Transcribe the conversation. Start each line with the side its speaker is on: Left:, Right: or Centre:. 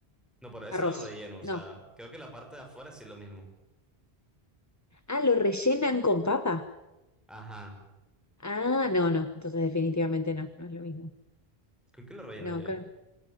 Centre: No, pero ese
Left: Arroz.
Centre: es el relleno, o
Left: No.
Centre: sea, creo que la parte de afuera sí es lo mismo.
Left: Ah, lo rellenan con papa.
Centre: Ajá,
Left: Ah, no, no. Entonces definitivamente no, no es lo mismo.
Centre: ¿con qué lo rellenan
Left: No,
Centre: ya?
Left: creo.